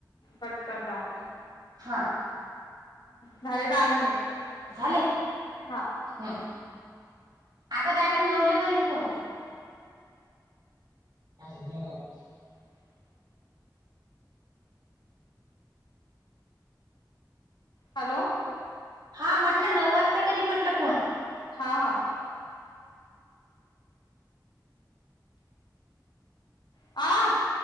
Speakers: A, on the left; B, on the right.
A: कट कर जाला
B: हा
A: झाले दहा मिनिट
B: झाले
A: हा
B: ह आता डायरेक्ट नवले करीन फोन ह
A: <inaudible> हॅलो
B: हा म्हटलं नऊ वाजता करी म्हटलं फोन
A: हा आं